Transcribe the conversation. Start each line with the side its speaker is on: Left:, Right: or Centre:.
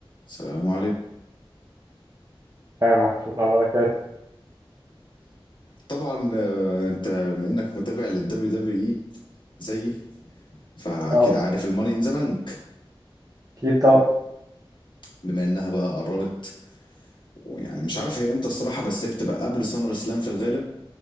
Left: السلام عليكم
Right: هي محفوظ على بركات
Left: طبعا آه، انت بما انك متابع للدبليو دبليو اي زيي فاكيد
Right: اه
Left: عارف الماني ان ذا بنك
Right: اكيد طبعا
Left: بما انها بقى قربت ويعني مش عارف هي امتى الصراحه بس هي بتبقى قبل سمر سلام في الغالب